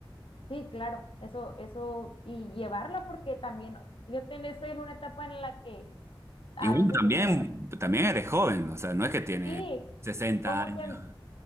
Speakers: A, on the left; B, on the right.
A: sí, claro, eso, eso, y llevarla porque también yo ten- estoy en una etapa en la que a
B: Y bueno,
A: veces
B: también,
A: estoy,
B: también eres joven, o sea, no es que tiene
A: sí,
B: 60
A: como
B: años.
A: que